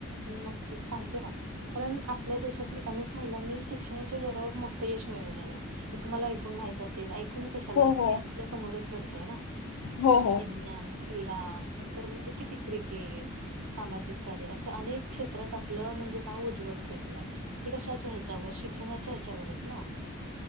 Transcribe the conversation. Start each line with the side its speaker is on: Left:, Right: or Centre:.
Right: नक्कीच सांगते ना. कारण आपल्या देशातील अनेक महिलांनी शिक्षणाच्या जोरावर मोठं यश मिळवलेलं आहे. हे तुम्हाला ऐकून माहित असेल ऐक. आपण कशाला
Left: हो हो
Right: हे आपल्या समोरच घडतंय ना
Left: हो
Right: त्यानी
Left: हो
Right: विज्ञान. क्रीडा नंतर म्हणजे किती क्रिकेट सामाजिक कार्य असा. अनेक क्षेत्रात आपलं म्हणजे नाव उज्ज्वल केलेलं आहे. ते कशाच्या ह्याच्यावर शिक्षणाच्या ह्याच्यावरच ना.